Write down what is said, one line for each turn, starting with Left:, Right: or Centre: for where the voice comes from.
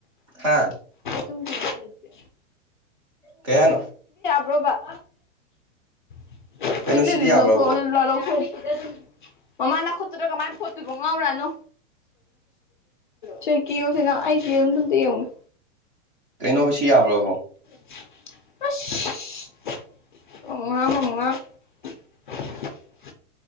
Right: ꯍꯥꯥ
Left: ꯇꯨꯝꯈꯤꯕ ꯂꯩꯇꯦ
Right: ꯀꯩ ꯍꯥꯢꯅꯣ
Left: ꯕ꯭ꯔꯣꯕ <unintelligible> <unintelligible>
Right: ꯀꯩꯅꯣ ꯁꯤꯗꯤ ꯌꯥꯕ꯭ꯔꯕꯣ
Left: ꯃꯃꯥ ꯅꯈꯨꯠꯇꯨꯗ ꯀꯥꯃꯥꯏꯅ ꯐꯣꯠꯇꯨꯕ ꯉꯥꯎꯔꯥꯅꯨ ꯆꯀꯤ ꯎꯨꯝꯁꯤꯅ ꯑꯁꯤꯗꯨꯝ ꯌꯦꯟꯉꯣ
Right: ꯀꯩꯅꯣꯕꯁꯤ ꯌꯥꯕ꯭ꯔꯕꯣ
Left: ꯑꯨꯁ ꯑꯣꯃꯥ ꯃꯨꯛ <unintelligible>